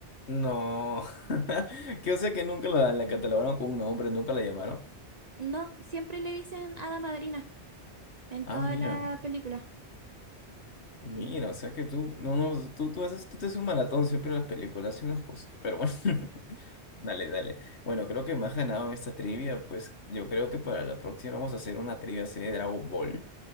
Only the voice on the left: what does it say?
No. <laughs> Que o sea que nunca la, la catalogaron con un nombre, nunca la llamaron.
Ah,
mira.
Mira, o sea que tú, no, no, tú, tú haces, tú te haces un maratón siempre en las películas, eso no es justo, pero bueno. <laughs> Dale, dale. Bueno, creo que me has ganado en esta trivia, pues yo creo que para la próxima vamos a hacer una trivia así de Dragon Ball,